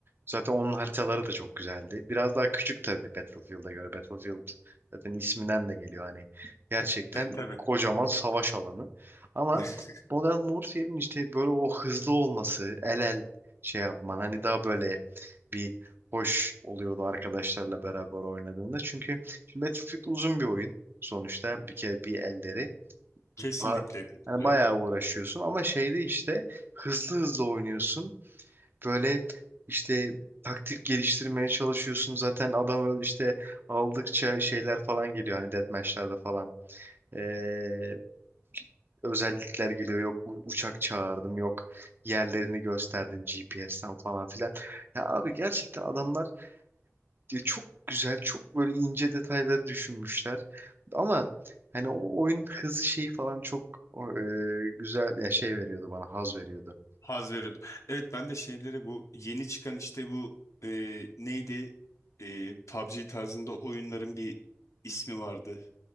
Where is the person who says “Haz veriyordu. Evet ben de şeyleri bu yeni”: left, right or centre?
Left